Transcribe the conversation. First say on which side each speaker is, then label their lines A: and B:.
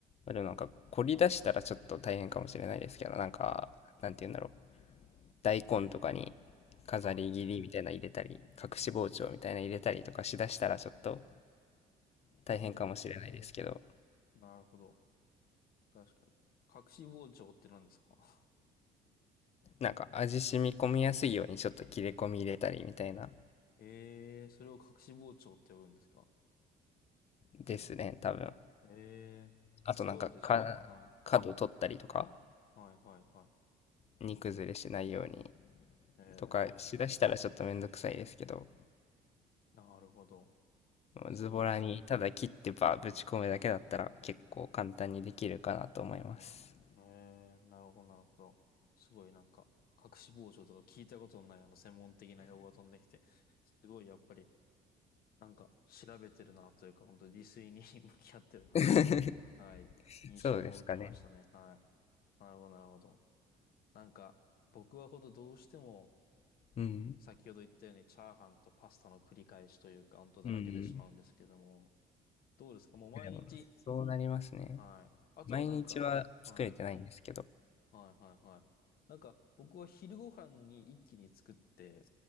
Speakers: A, on the left; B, on the left.
A: でもなんか凝り出したらちょっと大変かもしれないですけど、なんか、なんて言うんだろう。大根とかに飾り切りみたいなの入れたり、
B: はい。
A: 隠し包丁みたいなの入れたりとかしだしたらちょっと大変かもしれないですけど、
B: おー、なるほど。確かに。隠し包丁って何ですか
A: なんか味染み込みやすいようにちょっと切れ込み入れたりみたいな
B: <laughs> えー、それを隠し包丁って呼ぶんですか
A: ですね、多分。
B: えー、
A: あとなんかか
B: すごいですね。はい。
A: 角取ったりとか、
B: はいはいはい。
A: 煮崩れしないように
B: え
A: とかしだしたらちょっとめんどくさいですけど、
B: ー、なるほど。すごい。
A: ズボラにただ切ってばぶち込むだけだったら結構簡単にできるかなと思います。
B: えー、なるほどなるほど。すごいなんか、隠し包丁とか聞いたことのないような専門的な用語が飛んできて、すごいやっぱりなんか調べてるなというか、本当に自炊に <laughs> 向き合ってるなみたいな、
A: <laughs>
B: はい、印象も受けましたね。
A: そうですかね。
B: はい。なるほど、なるほど。なんか、僕はほどどうしても、
A: うん。
B: 先ほど言ったようにチャーハンとパスタの繰り返しというか、本当だらけてしまうんですけども、
A: うんうん。
B: どうですかもう毎日、
A: でも、そうなりますね。
B: はい。あとはなんか、
A: 毎日は作れてないんですけど。
B: はい、はい、はい、はい。なんか、僕は昼ご飯に一気に作って、